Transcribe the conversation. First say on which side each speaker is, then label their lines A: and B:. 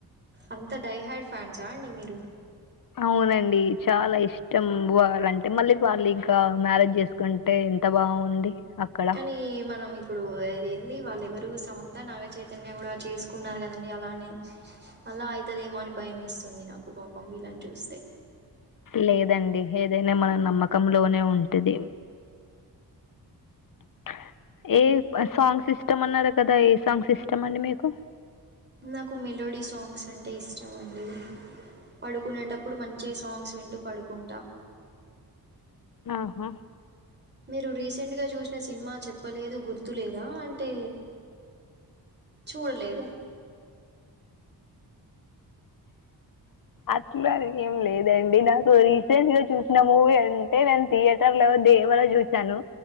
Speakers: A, on the right (about 25°); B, on the left (about 55°).
A: అంత డై హాడ్ ఫ్యాన్సా అండి మీరు
B: అవునండి చాలా ఇష్టం వాళ్ళంటే మళ్ళీ వాళ్ళింకా మ్యారేజ్ చేసుకుంటే ఎంత త బాగుంది అక్కడ
A: కానీ మనం ఇప్పుడు అది ఏంది వాళ్ళు ఎవరు సమంత నాగచేతన్య కూడ చేసుకున్నారు కదా అని అలానే మళ్ళ అయితదేమో అని భయం వెస్తుంది నాకు పాపం వీళ్లన్ చూస్తే
B: లేదండి ఏదైనా మన నమ్మకం లోనే ఉంటది <inaudible> ఏ సాంగ్ సిస్టమ్ అన్నారు కదా ఏ సాంగ్ సిస్టమ్ అండి మీకు
A: నాకు మెలోడీ సాంగ్స్ అంటే ఇష్టం అండి పడుకునేటప్పుడు మంచిగ సాంగ్స్ వింటూ పడుకుంటా
B: ఆహా
A: మీరు రీసెంట్ గా చూసిన సినిమా చెప్పలేదు గుర్తులేదా అంటే చూడలేదా
B: అట్లా అని ఏం లేదండి నాకు రీసెంట్ గా చూసిన మూవీ అంటే నేన్ థియేటర్ లో దేవర చూసాను